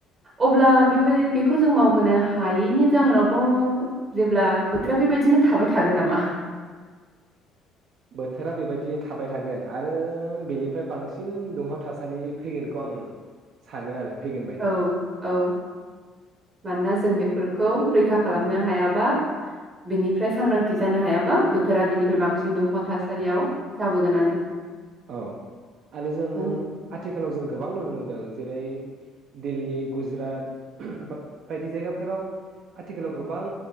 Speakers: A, on the right (about 40°); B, on the right (about 65°).
A: अब्ला बेसे बेखौ जों मावबोनो हायैनि जाहोनावबो जेब्ला बोथोरा बेबाय बिनो थाबाय थागोन नामा?
B: बोथोरा बेबायदि थाबाय थागोन आरो बेनिफ्राय बांसिन दुंहाव थासारि फैगोनखौ आं सानो आरो फैगोन बायदि
A: औ औ मानोना जों बेफोरखौ रैखा खालामनो हायाबा बिनिफ्राय सांग्रांथि जानो हायाबा बोथोरा बिनिफ्राय बांसिन दुंहाव थासारियाव जाबोगोनानो
B: औ आरो जों
A: औ
B: आथिखालाव जों गोबां नुनो मोनदों जेरै दिल्ली गुजरात बायदि जायगाफोराव आथिखालाव गोबां